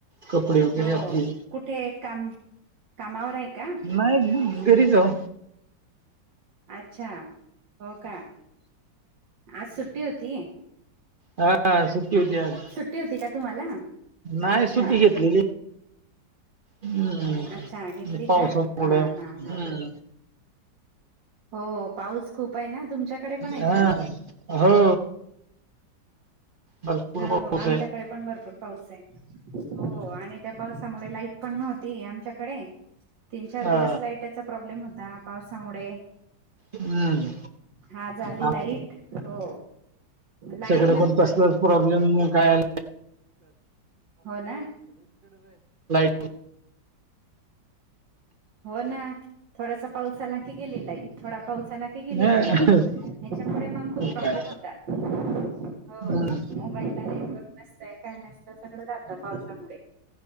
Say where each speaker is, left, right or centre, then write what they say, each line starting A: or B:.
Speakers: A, on the right; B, on the right.
A: कपडे वगैरे
B: हो
A: आपली
B: कुठे काम कामावर आहे का
A: नाही घरी जाऊ
B: अच्छा हो का? आज सुट्टी होती.
A: हा सुट्टी होती आज
B: सुट्टी होती का तुम्हाला?
A: नाही
B: अच्छा
A: सुट्टी घेतलेली, हम्म
B: अच्छा घेतली
A: पावसामुळं
B: का? हा, हा, हा,
A: हम्म
B: हो पाऊस खूप आहे ना, तुमच्याकडे पण आहे
A: हा
B: का?
A: हो, भरपूर
B: हो
A: पाऊस
B: आमच्याकडे
A: आहे
B: पण भरपूर पाऊस आहे. हो आणि त्या पाऊस त्याच्यामुळे लाईट पण नव्हती आमच्याकडे तीन, चार
A: हा
B: दिवस लाइटचा प्रॉब्लेम होता, पावसामुळे
A: हम्म
B: आज आली
A: आम
B: लाईट हो, लाई
A: तरी पण कसलाच प्रॉब्लेम नाही काय?
B: हो ना
A: <unintelligible>
B: हो ना, थोडासा पाऊस आला की गेली लाईट, थोडा पाऊस आला हि गेली
A: मग
B: लाईट, ह्याच्यामुळे मंग खूप प्रॉब्लेम
A: काय
B: होतात हो,
A: हम्म
B: मोबाईलला नेटवर्क नसतंय, काही नसतंय सगळं जातं पावसामुळे